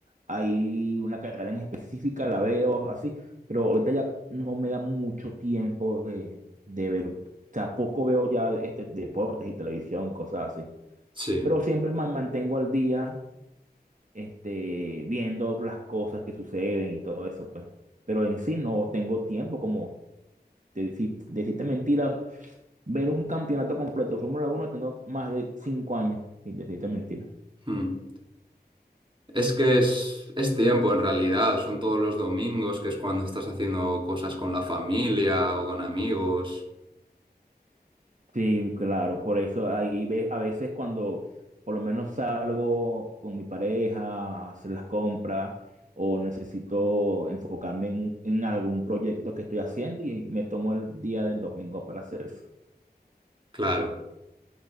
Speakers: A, on the right; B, on the right.
A: hay una carrera en específica, la veo así, pero ahorita ya no me da mucho tiempo de, de ver, o sea, poco veo ya este, deportes y televisión, cosas así,
B: Sí.
A: pero siempre me mantengo al día, este, viendo las cosas que suceden y todo eso, pues, pero en sí no tengo tiempo como decir- decirte mentira, ver un campeonato completo de Fórmula uno tengo más de cinco años, sin decirte mentira.
B: Mm. Es que es, es tiempo en realidad, son todos los domingos, que es cuando estás haciendo cosas con la familia o con amigos.
A: Sí, claro, por eso ahí ve, a veces cuando por lo menos salgo con mi pareja a hacer las compras o necesito enfocarme en, en algún proyecto que estoy haciendo y me tomo el día del domingo para hacer eso.
B: Claro.